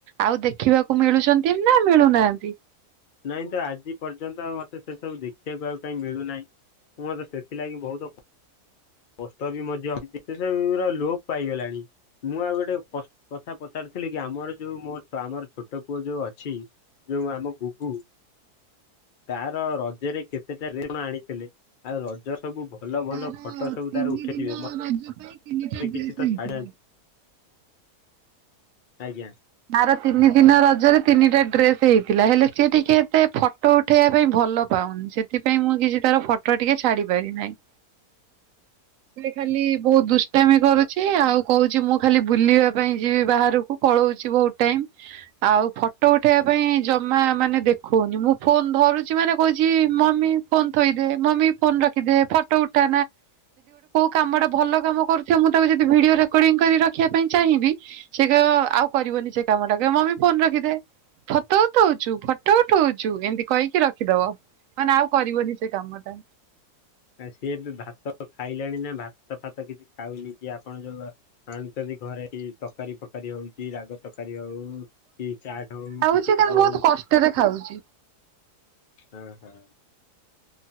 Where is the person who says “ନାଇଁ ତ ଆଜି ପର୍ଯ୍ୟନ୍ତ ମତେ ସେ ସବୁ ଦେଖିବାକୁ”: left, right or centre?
Left